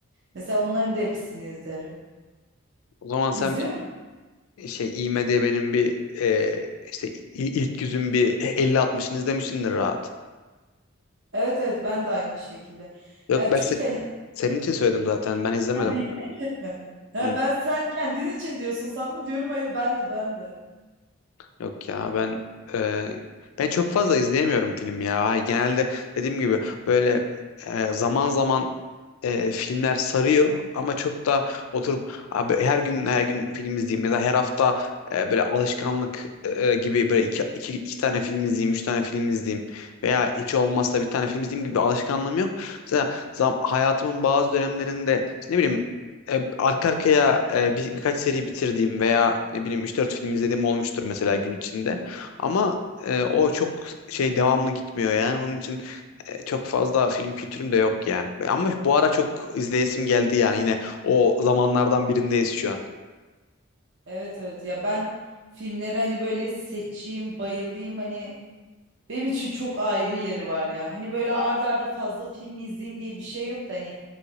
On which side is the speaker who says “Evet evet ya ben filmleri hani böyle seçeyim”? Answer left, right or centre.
Right